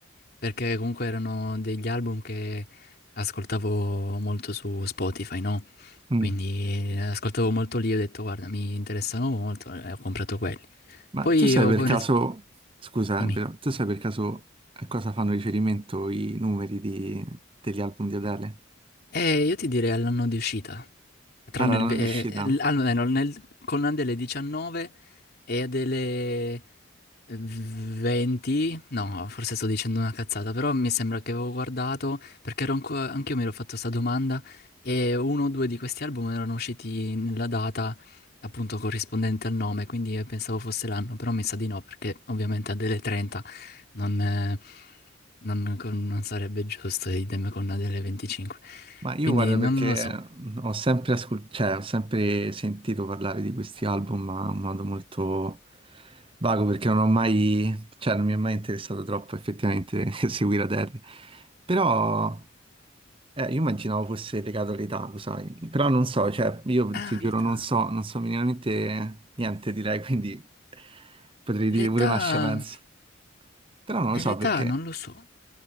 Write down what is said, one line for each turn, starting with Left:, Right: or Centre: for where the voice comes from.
Left: perché comunque erano degli album che ascoltavo molto su Spotify, no?
Right: Mm.
Left: Quindi eh, ascoltavo molto lì, ho detto guarda, mi interessano molto e ho comprato quelli.
Right: Ma
Left: Poi
Right: tu sai
Left: ho
Right: per
Left: preso...
Right: caso, scusa,
Left: Dimmi.
Right: eh, però, tu sai per caso a cosa fanno riferimento i numeri di- degli album di Adele?
Left: Eh, io ti direi all'anno di uscita, tranne
Right: Ah, la
Left: il,
Right: non
Left: ve-
Right: riuscita?
Left: eh, l- almeno nel- con Adele 19 e Adele 20, no, forse sto dicendo una cazzata, però mi sembra che avevo guardato, perché ero anche anch'io mi ero fatto questa domanda, e uno o due di questi album erano usciti nella data appunto corrispondente al nome, quindi eh, pensavo fosse l'anno, però mi sa di no, perché ovviamente Adele 30 non... eh, non, con- non sarebbe giusto, idem con una delle 25.
Right: Ma io
Left: Quindi
Right: guarda
Left: non
Right: perché
Left: lo so.
Right: ho sempre, ascol- cioè, ho sempre sentito parlare di questi album, ma in modo molto vago perché non ho mai, cioè non mi è mai interessato troppo effettivamente <laughs> seguire Adele. Però eh, io immaginavo fosse legato all'età, lo sai, però non so, cioè io
Left: Ah,
Right: ti giuro
Left: l'età.
Right: non so, non so minimamente niente direi, <laughs> quindi potrei
Left: L'età...
Right: dire pure una scemenza. Però non
Left: E
Right: lo so
Left: l'età
Right: perché.
Left: non lo so.